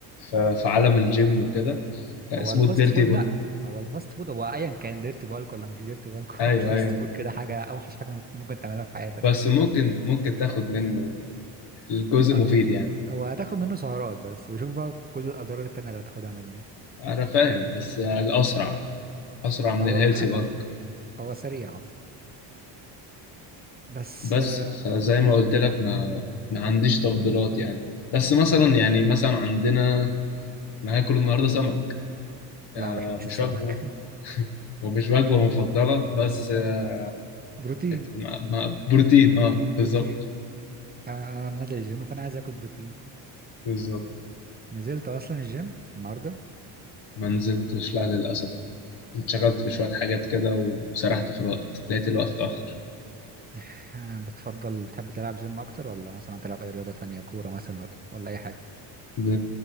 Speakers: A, on the left; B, on the right.
A: ف- في عالم الجيم وكده آه،
B: هو
A: اسمه
B: الفاست
A: الديرتي
B: فود
A: بقى
B: لا هو الفاست فود هو ايا كان ديرتي بالك ولا مش ديرتي بالك <laughs>
A: ايوه
B: هو الفاست
A: ايوه
B: فود كده حاجه اوحش حاجه ممكن ممكن تعملها في حياتك
A: بس ممكن ممكن تاخد منه الجزء
B: أ-
A: مفيد
B: أ-
A: يعني
B: هو هتاخد منه سعرات بس وشوف بقى كل الاضرار التانية اللي هتاخدها منه
A: انا فاهم بس الاسرع اسرع من
B: هو
A: الهيلثي
B: فعلا
A: بالك
B: هو سريع آه. بس
A: بس
B: آه،
A: فزي ما قلت لك ما ما عنديش تفضيلات يعني بس مثلا يعني مثلا عندنا انا هاكل النهارده سمك آه
B: لا ما بحبش
A: مش
B: السمك
A: وجبه ومش وجبه مفضله بس آه
B: <laughs> بروتين
A: ما- ما- بروتين اه
B: بروتين
A: بالظبط
B: آه، انا نازل الجيم فانا عايز اكل بروتين
A: بالظبط
B: نزلت اصلا الجيم النهارده
A: ما نزلتش لا للاسف اتشغلت بشويه حاجات كده وسرحت في الوقت لقيت الوقت اتاخر
B: <laughs> آه، بتفضل بتحب تلعب جيم اكتر ولا مثلا تلعب اي رياضه تانية كوره مثلا ولا ولا اي حاجه
A: ب...